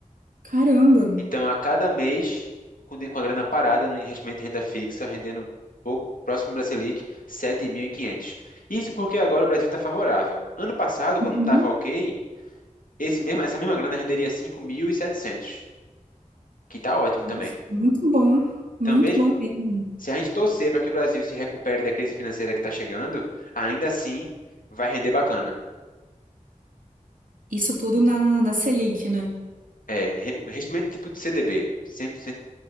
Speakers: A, on the right; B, on the left.
A: caramba.
B: Então, a cada mês, com de- com a grana parada no investimento de renda fixa, rendendo pouco próximo da Selic, 7.500. Isso porque agora o Brasil está favorável. Ano passado, quando
A: Uhum.
B: estava ok, esse mesmo, essa mesma grana renderia 5.700, que está ótimo
A: Nossa,
B: também.
A: Muito bom, muito
B: Então, mesmo
A: bom mesmo.
B: Se a gente torcer para que o Brasil se recupere da crise financeira que está chegando, ainda assim vai render bacana.
A: Isso tudo na, na Selic, né?
B: É, re- investimento tipo de CDB, 100%,